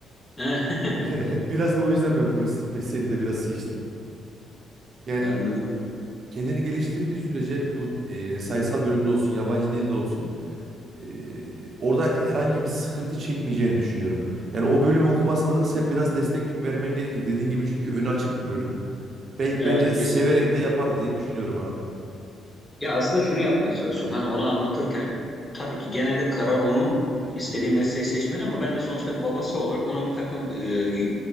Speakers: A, on the left (about 20°); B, on the right (about 55°).
A: <laughs>
B: <laughs> Biraz da o yüzden ben polislik mesleğini de biraz seçtim. Yani
A: Anladım.
B: kendini geliştirdiği sürece bu e, sayısal bölümde olsun, yabancı dilde olsun. e, orada herhangi bir sıkıntı çekmeyeceğini düşünüyorum. Yani o bölümü okumasına da sen biraz destek vermen gerekir. Dediğin gibi çünkü önü açık bir bölüm. Be-
A: Evet
B: bence severek
A: kesinlikle.
B: de yapar diye düşünüyorum abi.
A: Ya aslında şunu yapmaya çalışıyorum. Hani ona anlatırken tabii ki gene de karar onun istediği
B: Hı hı.
A: mesleği seçmeli ama ben de sonuçta babası olarak ona bir takım e,